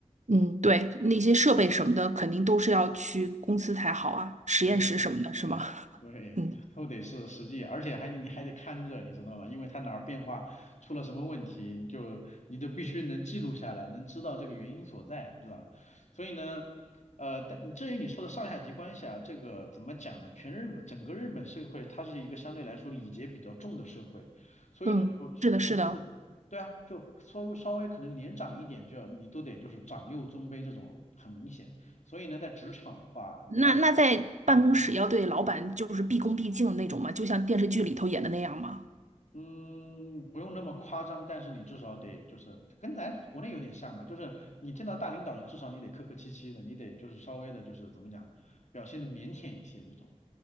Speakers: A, on the right; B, on the left.
A: 嗯，对，那些设备什么的，肯定都是要去公司才好啊，实验室什么的，
B: 对对对，
A: 是吗？<laughs> 嗯
B: <laughs> 这都得是实际，而且还得你还得看着，你知道吗？因为它哪儿变化出了什么问题，你就你就必须能记录下来，能知道这个原因所在，是吧？所以呢，呃，但至于你说的上下级关系啊，这个怎么讲呢？全日本整个日本社会，它是一个相对来说礼节比较重的社会，所以呢，
A: 嗯，
B: 我可能就是。
A: 是的，是的。
B: 对啊，就稍微稍微可能年长一点就要，你都得就是长幼尊卑这种很明显，所以呢，在职场的话，你这种。
A: 那那在办公室要对老板就是毕恭毕敬的那种吗？
B: 嗯。
A: 就像电视剧里头演的那样吗？
B: 嗯，不用那么夸张，但是你至少得就是跟咱国内有点像吧，就是你见到大领导了，至少你得客客气气的，你得就是稍微的，就是怎么讲，表现的腼腆一些这种